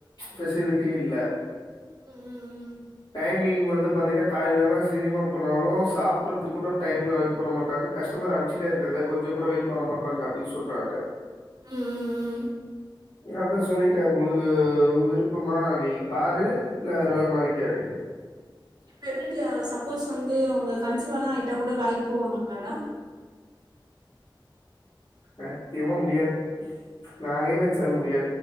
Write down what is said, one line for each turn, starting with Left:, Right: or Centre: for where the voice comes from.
Left: ஃபெசிலிட்டியு இல்ல
Right: ம் ம் ம்
Left: டைமிங் வந்து பாத்தீங்னா காலேலலா சீக்கிர்மா போனாலு சாப்புறதுக் கூட டைமு அது பண்ண மாட்டாங்க கஸ்டமர் அன் சுட்டே இருக்காங்க கொஞ்சோ கூட வெய்ட் பண்ண மாட்றாங்க அப்டி சொல்றாங்க
Right: ம் ம் ம் ம்
Left: அதா சொல்லிட்டே உங்குளுக்கு விருப்பமா நீ பாரு இல்ல வேற வேல மாறிக்க அப்டினு
Right: பிரக்னன்டியா சப்போஸ் வந்து அவ்ங்க கன்சிவாலா ஆய்ட்டா கூட வேலைக் போவாங்ளா மேடம்
Left: சத்தியமா முடியாது நானே நென்ச்சாலு முடியா